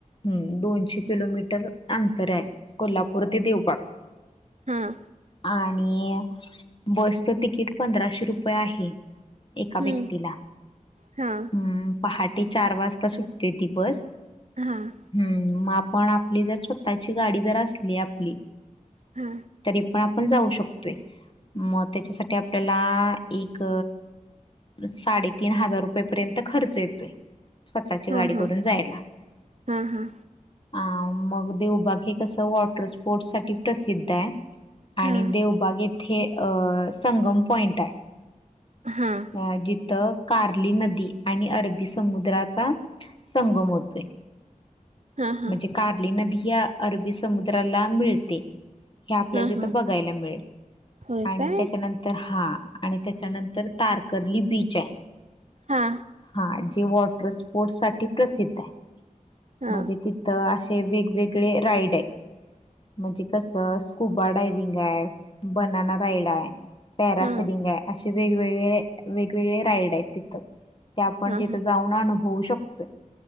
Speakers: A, on the left (about 40°); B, on the right (about 55°).
A: हम्म दोनशे किलोमीटर अंतर आहे कोल्हापूर ते देवबाग
B: हां
A: आणि बसचं तिकीट पंधराशे रुपये आहे एका
B: हम्म
A: व्यक्तीला
B: हा
A: अम पहाटे चार वाजता सुटते ती बस
B: हां
A: हम्म मग आपण आपली जर स्वतःची गाडी जर असली आपली
B: हा
A: तरी पण आपण जाऊ शकतोय मग त्याच्यासाठी आपल्याला एक साडेतीीन हजार रुपयेपर्यंत खर्च येतोय स्वतःची
B: हा हा
A: गाडी
B: हा
A: करून जायला
B: हा हा
A: अ मग देवबाग हे कसं वॉटर स्पोर्टस साठी प्रसिद्ध आहे
B: हा
A: आणि देव बाग येथे अ संगम पॉइंट आहे
B: हम
A: अ जिथं कार्ली नदी आणि अरबी समुद्राचा संगम होतोय
B: हा
A: म्हणजे कार्ली नदी या अरबी समुद्राला मिळते हे आपल्याला
B: हा
A: तिथं
B: हा
A: बघायला मिळेल
B: होय
A: आणि
B: काय
A: त्याच्यानंतर तर हा आणि त्याच्यानंतर तारकर्ली बीच आहे
B: हा
A: हा जे वॉटर स्पोर्ट साठी प्रसिद्ध आहे
B: हा
A: म्हणजे तिथं असे वेगवेगळे राईड आहेत म्हणजे कसं स्कुबा डायविंग आहे बनना राइड आहे पॅरासडिंग
B: हा हा
A: आहे असे वेगवेगळे वेगवेगळे राईड आहेत तिथं ते आपण
B: हा
A: तिथं जाऊन अनुभवू शकतोय